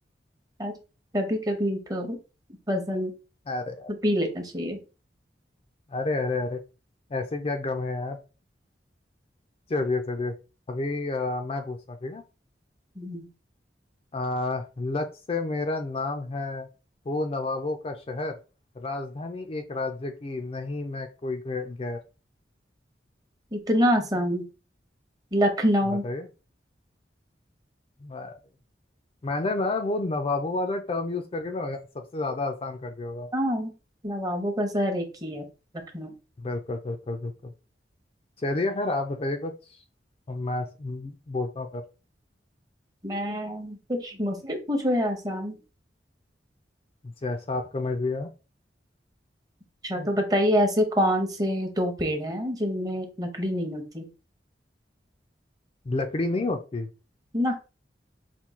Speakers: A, on the right; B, on the left.
A: यार कभी कभी तो वजन
B: अरे
A: तो
B: यार
A: पी लेना चाहिए
B: अरे अरे अरे ऐसे क्या गम है यार चलिए चलिए अभी अ, मैं पूछता हूँ ठीक है
A: हम्म।
B: आ, लच से मेरा नाम है हूँ नवाबों का शहर राजधानी एक राज्य की नहीं मैं कोई गै- गैर
A: इतना आसान लखनऊ
B: बताइए मैं- मैंने ना वो नवाबों वाला टर्म यूज करके ना सबसे ज्यादा आसान कर दिया होगा
A: हाँ नवाबों का शहर एक ही है लखनऊ
B: बिल्कुल बिल्कुल बिल्कुल चलिए फिर आप बताइए कुछ और मैं स- बोलता हूँ फिर
A: मैं कुछ मुश्किल पूछो या आसान
B: जैसा आपका मर्जी है
A: अच्छा तो बताइए ऐसे कौन से दो पेड़ हैं जिनमें लकड़ी नहीं होती
B: लकड़ी नहीं होती
A: ना